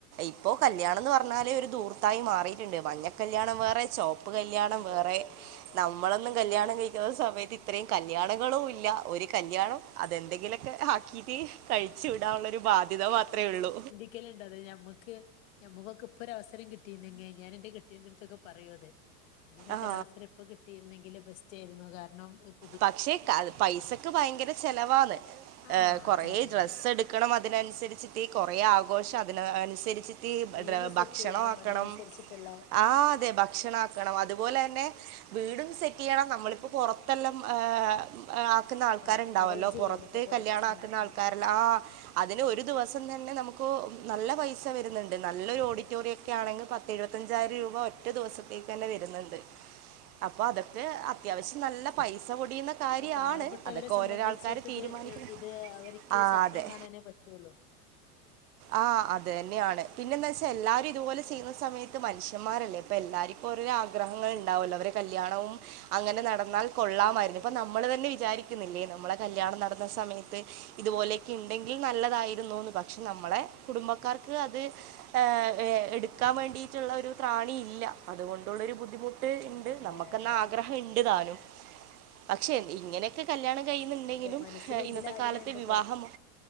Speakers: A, on the right; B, on the left.
A: ഇപ്പോ
B: ഉം
A: കല്ല്യാ ല്യാണന്ന്
B: ഉം
A: പറഞ്ഞാല് ഒരുധൂർത്തായി മാറിയിട്ടുണ്ട് മഞ്ഞ കല്യാണം വേറെ ചോ പ്പുകല്ല്യാണം
B: അതെ
A: വേറെ
B: അതെ അതെ അതെ
A: നമ്മളൊന്നും കല്ല്യാണം കഴിക്കുന്ന സമയത്ത് ഇത്രയും കല്ല്യാണങ്ങളും ഇല്ല ഒരു കല്ല്യാണം അതെന്തെങ്കിലൊക്കെ ആ ക്കീട്ട് കഴിച്ചു വിടാനുള്ള ഒരു ബാധ്യത മാത്രേ ഉള്ളൂ.
B: രിക്കലുണ്ടത് ഞമ്മക്ക് ഞമ്മക്കൊക്കെ ഇപ്പൊരു അവസരം കിട്ടിന്നെങ്കി ഞാൻ എന്റെ കെട്ടിയോന്റെ അടുത്തൊക്കെ പറയും അത് ഇങ്ങനൊക്കെ
A: ആ
B: ഒരവസരം ഇപ്പൊ കിട്ടിയിരുന്നെങ്കില് ബെസ്റ്റ് ആയിരുന്നു കാരണം ഇപ്പ്
A: പക്ഷെ ക പൈസക്ക് ഭയങ്കര ചെലവാന്ന്
B: ആഹ്
A: ഏഹ് കൊറെ
B: അതെ അതെ
A: ഡ്രസ്സ്
B: അതെ
A: എടുക്ക ക്കണം അതിനനുസരിച്ചിട്ട് കൊറേ ആഘോഷം അതിനനുസരിച്ച് ട്ട്
B: തീം
A: ഭക്ഷണോം
B: സെറ്റ് ചെയ്യണം
A: ആക്കണം
B: അതിനനുസരിച്ചിട്ടുള്ള
A: ആഹ് അതെ ഭക്ഷണാക്കണം അതുപോലെ തന്നെ വീടുംസെറ്റ് ചെയ്യണം നമ്മളിപ്പോൾ പുറത്തെല്ലാം ഏഹ് ആക്കുന്ന ആൾക്കാരുണ്ടാവല്ലോ
B: ആഹ് അറേഞ്ച്
A: പുറത്ത്
B: ചെയ്യാണ് ഇപ്പൊ
A: കല്യാണ
B: ഉം
A: ആക്കുന്ന
B: ഉം
A: ആൾക്കാരെല്ലാം
B: ഉം
A: ആഹ് അതിന് ഒരു ദിവസം തന്നെ നമ്മുക്ക് നല്ല പൈസ വരുന്നുണ്ട് നല്ലൊരു ഓഡിറ്റോറിയം ഒക്കെ ആണെങ്കിൽ പത്ത് എഴുപത്തഞ്ചായിരം രൂപ ഒറ്റ ദിവസത്തേക്ക് തന്നെ വരുന്നുണ്ട്. അപ്പൊ അതൊക്കെ അത്യാവശ്യം നല്ല പൈസ പൊടിയുന്ന കാര്യമാണ്
B: പക്ഷേ പാവപ്പെട്ടവരെ
A: അതൊക്കെ
B: സംബന്ധിച്ചിട്ട്
A: ഓരോരോ ആൾക്കാർ തീരുമാനിക്കുന്നത്
B: ഇത് ഇത് അവർക്ക്
A: ആ
B: സ്വപ്നം
A: അതെ
B: കാണാ നേ പറ്റൊള്ളു.
A: ആഹ് അതെന്നെയാണ് പിന്നെന്താച്ചാ എല്ലാരും ഇതുപോലെ
B: ഉം
A: ചെയ്യുന്ന
B: ഉം
A: സമയ ത്ത് മനുഷ്യന്മാരല്ലേ ഇപ്പം എല്ലാർക്കും ഓരോരോ ആഗ്രഹങ്ങൾ ഇണ്ടാവോല്ലോ. ഇവരെ കല്ല്യാണം അങ്ങനെ നടന്നാൽ കൊള്ളാമായിരുന്നു. ഇപ്പൊ നമ്മള് തന്നെ വിചാരിക്കുന്നില്ലേ നമ്മടെ കല്യാണം നടന്ന സമയത്ത് ഇതുപോലെക്കെ ഇണ്ടെങ്കിൽ നല്ലതായിരുന്നുന്ന് പക്ഷെ നമ്മളെ കുടുംബക്കാർക്ക് അത് ആഹ് ഏഹ് എടുക്കാൻ വേണ്ടിയിട്ടുള്ള ഒരു ത്രാണി ഇല്ല അതുകൊണ്ടുള്ളൊരു ബുദ്ധിമു ട്ട്ണ്ട്
B: അതെ
A: നമ്മുക്കെന്നാഗ്രഹം
B: അതെ അതെ
A: ഇണ്ട് താനും പക്ഷെ ഇങ്ങനെ ക്കെ കല്യാണം കഴിയുന്നുണ്ടെങ്കിലും
B: അതെ മനസ്സിനുള്ളിൽ
A: ഇന്നത്തെ
B: ആഗ്രഹമുണ്ട്
A: കാലത്തെ വിവാഹമോ